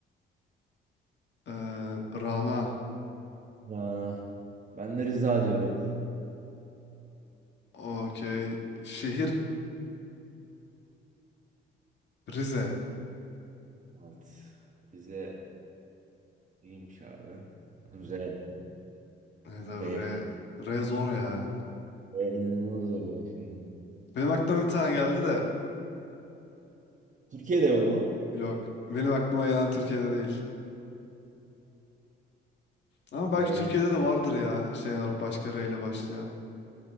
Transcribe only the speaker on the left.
Eee, Rana.
Okey. Şehir Rize.
Evet abi
R. R zor ya.
Benim aklıma bir tane geldi de.
Yok. Benim aklıma gelen Türkiye'de değil. Ama
belki Türkiye'de de vardır ya. Şey olarak başka R ile başlayan.